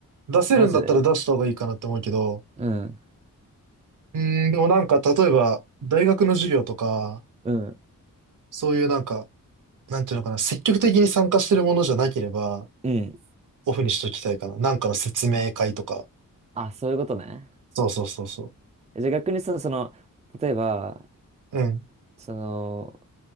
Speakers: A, on the right; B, on the right.
A: 出せるんだったら出した方がいいかなって思うけど、
B: うマジでうん。
A: うーん、でもなんか例えば大学の授業とか、
B: うん。
A: そういうなんか、なんていうのかな、積極的に参加してるものじゃなければ、
B: うん。
A: オフにしときたいかな。なんかの説明会とか。
B: あ、そういうことね。
A: そうそうそうそ
B: えじゃあ逆にさ、その、例えば、
A: う。うん。
B: その、